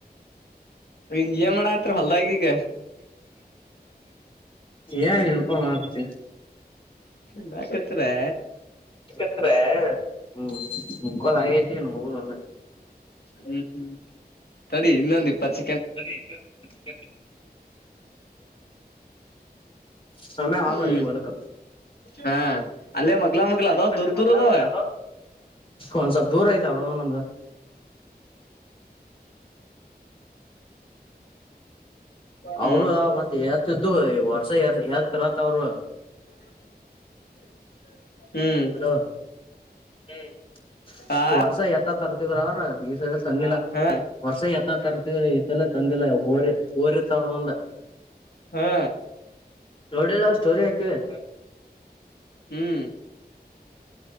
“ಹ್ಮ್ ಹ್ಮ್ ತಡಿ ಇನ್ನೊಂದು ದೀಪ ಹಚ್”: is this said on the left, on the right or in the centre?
Left